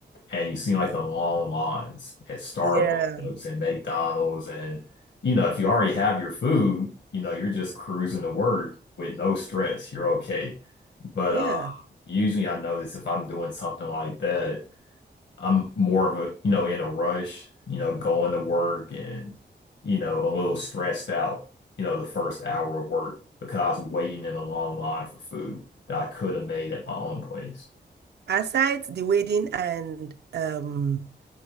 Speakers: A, on the left (about 85°); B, on the right (about 70°).
A: And you see like the long lines at Starbucks
B: yeah,
A: and McDonald's and you know, if you already have your food, you know, you're just cruising to work with no stress. You're okay. But
B: yeah.
A: uh usually I notice if I'm doing something like that I'm more of a, you know, in a rush, you know, going to work and, you know, a little stressed out, you know, the first hour of work because I was waiting in a long line for food that I could have made at my own place.
B: Aside the wedding and um